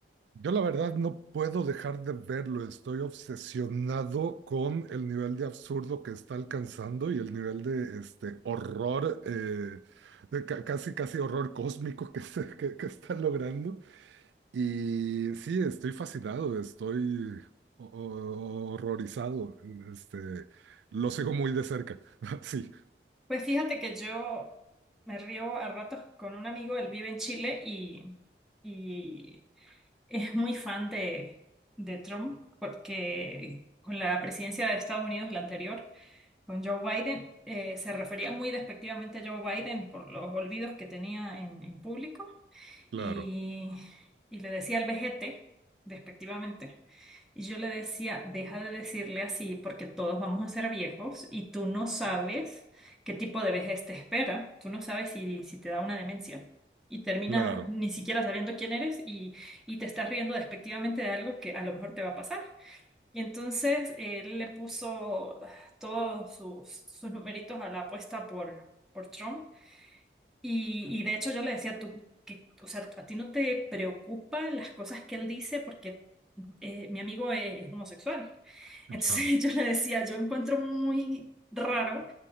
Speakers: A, on the right; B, in the centre.
A: Yo la verdad no puedo dejar de verlo. Estoy obsesionado con el nivel de absurdo que está alcanzando y el nivel de este horror, eh, de ca- casi casi horror cósmico que, se- que, que está logrando. Y sí, estoy fascinado, estoy ho- ho- horrorizado. Este, lo sigo muy de cerca. <laughs> Sí,
B: Pues fíjate que yo me río a ratos con un amigo, él vive en Chile y, y <laughs> es muy fan de, de Trump porque con la presidencia de Estados Unidos, la anterior, con Joe Biden, eh, se refería muy despectivamente a Joe Biden por los olvidos que tenía en, en público
A: claro,
B: y, y le decía al vejete, despectivamente, y yo le decía, deja de decirle así porque todos vamos a ser viejos y tú no sabes qué tipo de vejez te espera, tú no sabes si, si te da una demencia. Y terminas
A: claro.
B: ni siquiera sabiendo quién eres y, y te estás riendo despectivamente de algo que a lo mejor te va a pasar. Y entonces él le puso todos sus, sus numeritos a la apuesta por, por Trump y, y de hecho yo le decía, tú, que, o sea, a ti no te preocupan las cosas que él dice porque eh, mi amigo es, es homosexual.
A: Ajá.
B: Entonces <laughs> yo le decía, yo encuentro muy raro